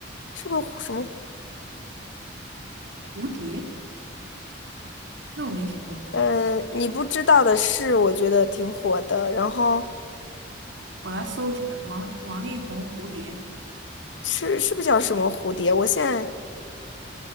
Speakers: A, on the left; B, on the right.
A: 是不是蝴什么
B: 蝴蝶，那我没听过，
A: 嗯，呃你不知道的事，我觉得挺火的。然后。
B: 我来搜一下王王力宏蝴蝶。
A: 是是不是叫什么蝴蝶？我现在